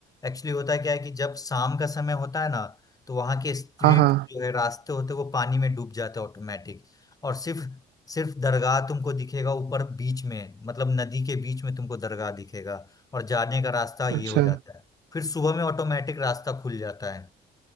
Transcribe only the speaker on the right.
हाँ हाँ
अच्छा